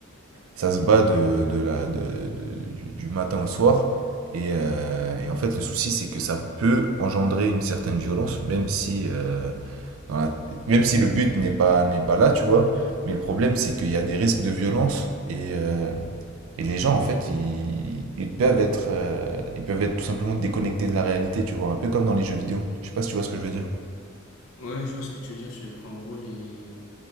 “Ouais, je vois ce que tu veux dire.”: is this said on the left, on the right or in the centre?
Left